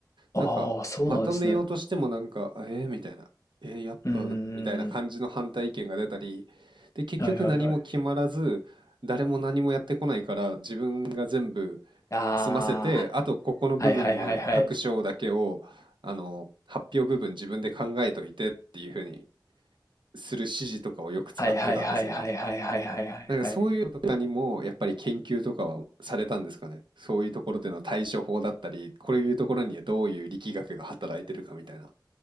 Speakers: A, on the left; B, on the right.
A: ああ、
B: なんか、
A: そうなんですね。
B: まとめようとしてもなんか、
A: う
B: えー、みたいな、えー、やっぱな、
A: ーん。
B: みたいな感じの反対意見が出たり、で、結局何も決まらず、
A: はいはいはい。
B: 誰も何もやってこないから、自分が全部
A: ああ。
B: 済ませて、あとここの部分の各章だけを、
A: はいはいはいはい。
B: あの、発表部分自分で考えといてっていう風にする指示とかをよく使ってたんですね。
A: はいはいはいはいはいはいはいはいはい。
B: なんかそういうのとかにもやっぱり研究とかはされたんですかね。そういうところでの対処法だったり、こういうところにはどういう力学が働いてるかみたいな。